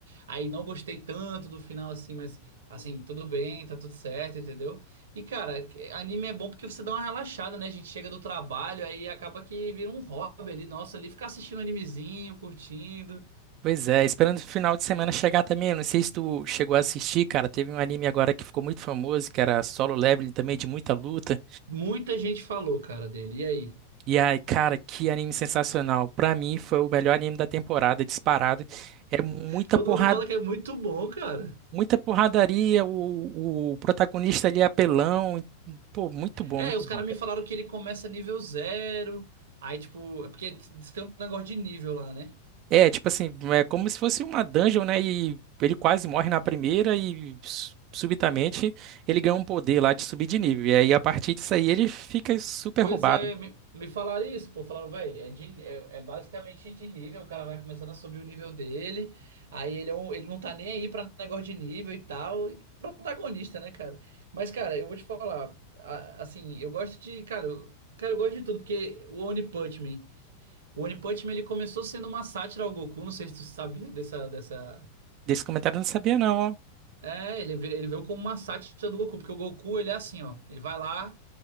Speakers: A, on the right (about 60°); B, on the right (about 40°).
A: Aí não gostei tanto do final, assim, mas, assim, tudo bem, tá tudo certo, entendeu? E, cara, que- anime é bom porque você dá uma relaxada, né? A gente chega do trabalho, aí acaba que vira um hobby ali, nossa, ali ficar assistindo animezinho, curtindo.
B: Pois é, esperando o final de semana chegar também. Eu Não sei se tu chegou a assistir, cara. Teve um anime agora que ficou muito famoso, que era Solo Leveling também, de muita luta.
A: Muita gente falou, cara, dele. E aí?
B: E ai, cara, que anime sensacional. Pra mim, foi o melhor anime da temporada, disparado. É muita
A: Todo
B: porrada,
A: mundo fala que é muito bom, cara.
B: muita porradaria. O, o protagonista ali é apelão. Pô, muito bom,
A: É,
B: muito
A: os
B: bom,
A: caras
B: cara.
A: me falaram que ele começa nível zero. Aí, tipo, é porque diz que tem um negócio de nível lá, né?
B: É, tipo assim, é como se fosse uma dungeon, né? E ele quase morre na primeira e su- subitamente ele ganha um poder lá de subir de nível. E aí, a partir disso aí, ele fica super
A: Pois
B: roubado.
A: é, me, me falaram isso, pô. Falaram, velho, é, de- é, é basicamente de nível. O cara vai começando a subir o nível dele. Aí ele, é um- ele não tá nem aí pra negócio de nível e tal. E protagonista, né, cara? Mas, cara, eu vou te falar. a- assim, eu gosto de. Cara, eu, cara, eu gosto de tudo, porque o One Punch Man. O One Punch Man, ele começou sendo uma sátira ao Goku. Não sei se tu sabia dessa, dessa.
B: Desse comentário eu não sabia, não, ó.
A: É, ele, vê- ele veio como uma sátira do Goku, porque o Goku, ele é assim, ó. Ele vai lá,